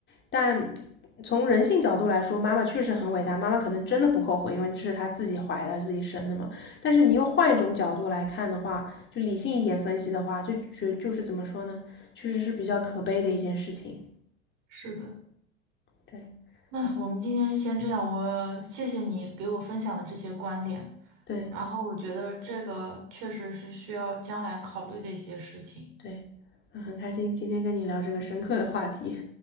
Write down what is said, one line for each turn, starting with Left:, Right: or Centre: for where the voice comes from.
Left: 但从人性角度来说，妈妈确实很伟大，妈妈可能真的不后悔，因为这是她自己怀的，自己生的嘛。但是你又换一种角度来看的话，就理性一点分析的话，就觉就是怎么说呢，确实是比较可悲的一件事情。
Right: 是的，
Left: 对，
Right: 那我们今天先这样，
Left: 好，
Right: 我谢谢你给我分享的这些观点。
Left: 对。
Right: 然后我觉得这个确实是需要将来考虑的一些事情。
Left: 对，嗯，很开心今天跟你聊这个深刻的话题。